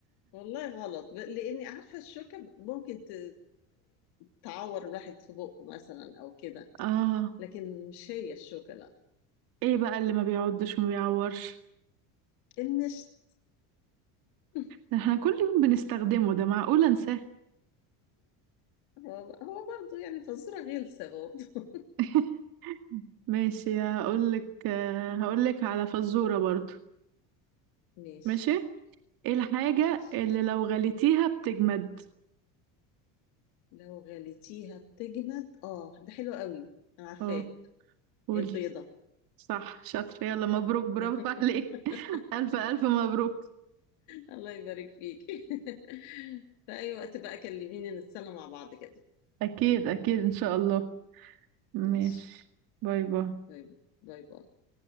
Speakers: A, on the left (about 70°); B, on the right (about 55°).
A: والله غلط ب- لاني عارفه الشوكه ممكن ت- تعور الواحد في بقه مثلا او كده
B: اه
A: لكن مش هي الشوكه لا
B: ايه بقى اللي ما بيعضش وما بيعورش
A: المشت <laughs>
B: ده احنا كل يوم بنستخدمه ده معقول انساه
A: هو هو برضه يعني فزوره غلسه برضه
B: <laughs> ماشي هقولك آه، هقولك على فزورة برضو
A: <laughs> ماشي
B: ماشي ايه الحاجة
A: ماشي
B: اللي لو غليتيها بتجمد
A: لو غليتيها بتجمد اه ده حلو قوي انا عارفاه
B: اه قولي
A: البيضه
B: صح شاطرة يلا مبروك برافو
A: <laughs>
B: عليك <laughs> ألف ألف مبروك
A: الله يبارك فيك <laughs> في اي وقت بقى كلميني نتسلى مع بعض كده
B: أكيد أكيد إن شاء الله ماشي
A: ماشي
B: باي باي
A: طيب باي باي